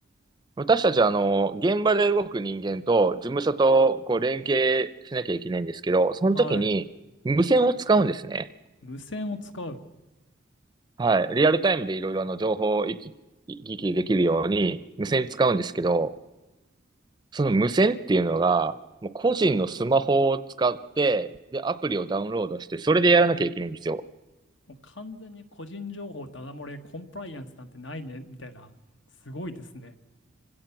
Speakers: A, on the right; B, on the left.
A: 私たちはあの、現場で動く人間と事務所とこう連携しなきゃいけないんですけど、その時に無線を使うんですね。
B: はい。無線を使う。
A: はい。リアルタイムでいろいろあの情報を行き、行き来できるように無線使うんですけど、その無線っていうのが、もう個人のスマホを使って、で、アプリをダウンロードして、それでやらなきゃいけないんですよ。
B: もう完全に個人情報ダダ漏れ、コンプライアンスなんてないね、みたいな。すごいですね。